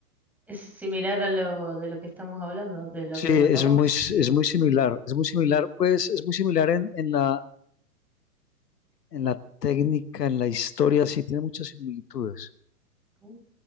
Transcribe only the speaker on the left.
Sí,
es
muy, s- es muy similar. Es muy similar, pues es muy similar en, en la, en la técnica, en la historia, sí, tiene muchas similitudes.